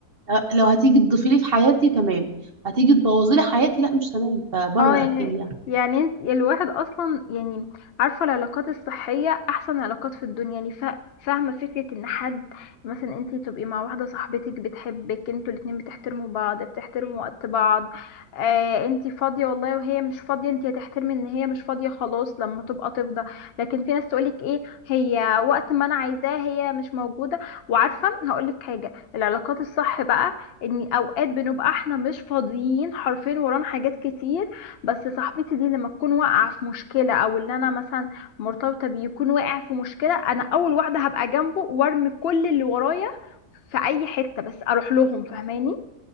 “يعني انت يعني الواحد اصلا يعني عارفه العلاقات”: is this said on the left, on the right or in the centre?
Left